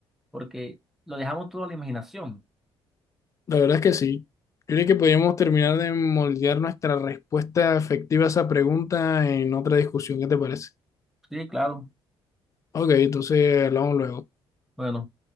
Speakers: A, in the centre; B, on the left.
A: porque lo dejamos todo a la imaginación.
B: la verdad es que sí. Yo creo que podríamos terminar de moldear nuestra respuesta efectiva a esa pregunta en otra discusión. ¿Qué te parece?
A: Sí, claro.
B: Ok, entonces hablamos luego.
A: Bueno.